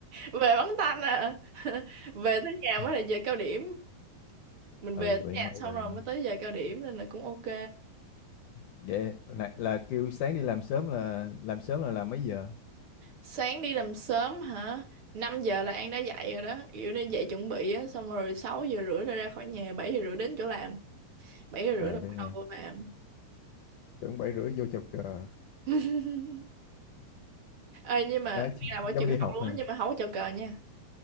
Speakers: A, on the right; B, on the left.
A: Về bắn tanh à. <laughs> Về tới nhà
B: Ừ,
A: mới là giờ cao điểm. Mình
B: Ừ,
A: về tới
B: vậy
A: nhà
B: mày
A: xong
B: ơi.
A: rồi mới tới giờ cao điểm nên là cũng ok.
B: Vậy là, là kêu sáng đi làm sớm là làm sớm là làm mấy giờ?
A: Sáng đi làm sớm hả? năm giờ là An đã dậy rồi đó. Kiểu nên dậy chuẩn bị á, xong rồi 6 giờ rưỡi là ra khỏi nhà, 7 giờ rưỡi đến chỗ làm. bảy giờ
B: à
A: rưỡi là
B: vậy
A: bắt
B: hả
A: đầu vô làm.
B: tưởng bảy rưỡi vô chào cờ
A: <laughs> Ê, nhưng mà
B: nói
A: An
B: chứ,
A: làm ở
B: giống
A: trường
B: đi
A: học
B: học
A: luôn
B: ha
A: á, nhưng mà không có chào cờ nha.